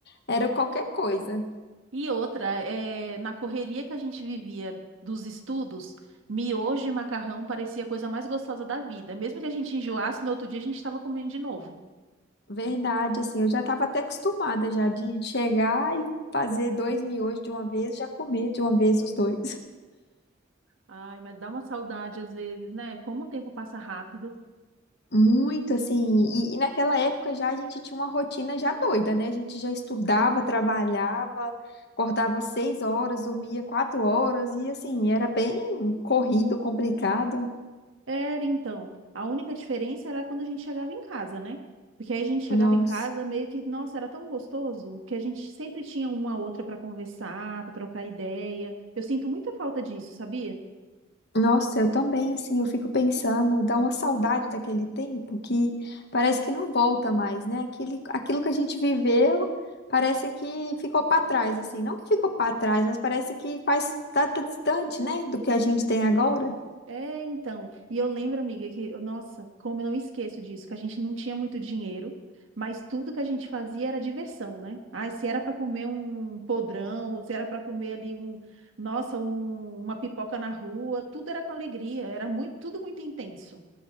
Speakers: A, on the left; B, on the right.
A: era qualquer coisa.
B: e outra, é, na correria que a gente vivia dos estudos, miojo e macarrão parecia a coisa mais gostosa da vida. Mesmo que a gente enjoasse, no outro dia a gente estava comendo de novo.
A: Verdade, assim, eu já tava até acostumada já de chegar e fazer dois miojos de uma vez, já comer de uma vez os dois.
B: Ai, mas dá uma saudade às vezes, né? Como o tempo passa rápido.
A: Muito assim, e, e naquela época já a gente tinha uma rotina já doida, né? A gente já estudava, trabalhava, acordava seis horas, dormia quatro horas, e assim, era bem corrido, complicado.
B: Era então. A única diferença era quando a gente chegava em casa, né? Porque aí a gente chegava
A: Nossa,
B: em casa meio que, nossa, era tão gostoso que a gente sempre tinha uma a outra para conversar, para trocar ideia. Eu sinto muita falta disso, sabia?
A: nossa, eu também, assim, eu fico pensando, dá uma saudade daquele tempo que parece que não volta mais, né? Aquele, aquilo que a gente viveu parece que ficou para trás, assim, não que ficou para trás, mas parece que faz, tá, tá distante, né, do que a gente tem agora.
B: É, então. E eu lembro, amiga, que, nossa, como eu não esqueço disso, que a gente não tinha muito dinheiro, mas tudo que a gente fazia era diversão, né? Ai, se era para comer um podrão, ou se era para comer ali um, nossa, um- uma pipoca na rua, tudo era com alegria, era muito, tudo muito intenso.